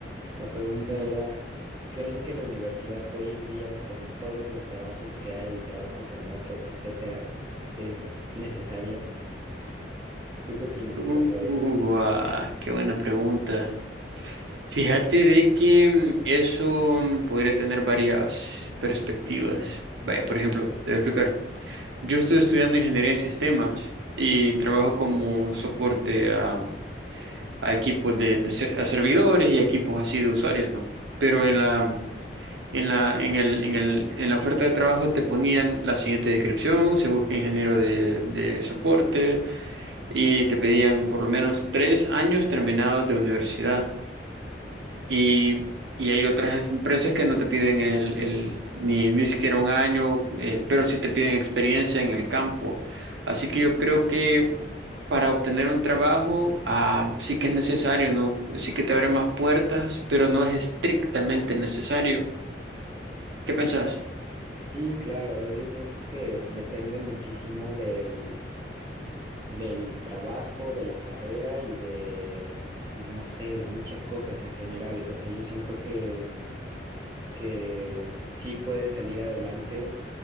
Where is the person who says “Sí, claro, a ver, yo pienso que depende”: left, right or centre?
Right